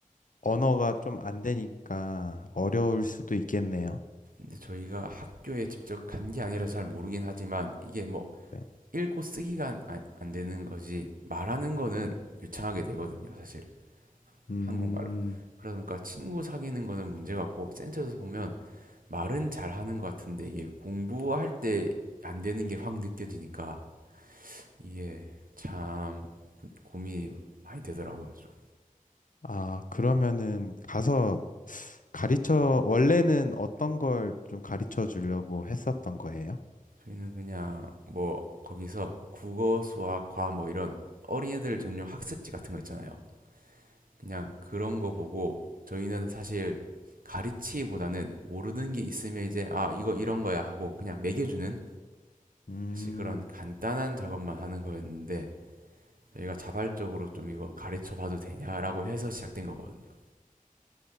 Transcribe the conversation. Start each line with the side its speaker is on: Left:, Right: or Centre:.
Left: 언어가 좀 안 되니까 어려울 수도 있겠네요.
Right: 근데 저희가 학교에 직접 간 게 아니라 잘 모르긴 하지만 이게 뭐
Left: 네.
Right: 읽고 쓰기가 안- 안, 안 되는 거지 말하는 거는 유창하게 되거든요, 사실.
Left: 음,
Right: 한국말로. 그러니까 친구 사귀는 거는 문제 같고 센터에서 보면 말은 잘하는 것 같은데 이게 공부할 때 안 되는 게 확 느껴지니까 이게 참 고민이 많이 되더라고요 좀
Left: 아, 그러면은 가서 가르쳐, 원래는 어떤 걸 좀 가르쳐 주려고 했었던 거예요?
Right: 저희는 그냥 뭐 거기서 국어 수학 과학 뭐 이런 어린애들 전용 학습지 같은 거 있잖아요 그냥 그런 거 보고 저희는 사실 가르치기보다는 모르는 게 있으면 이제 아 이거 이런 거야 하고 그냥 매겨주는
Left: 음.
Right: 사실 그런 간단한 작업만 하는 거였는데 저희가 자발적으로 좀 이거 가르쳐 봐도 되냐라고 해서 시작된 거거든요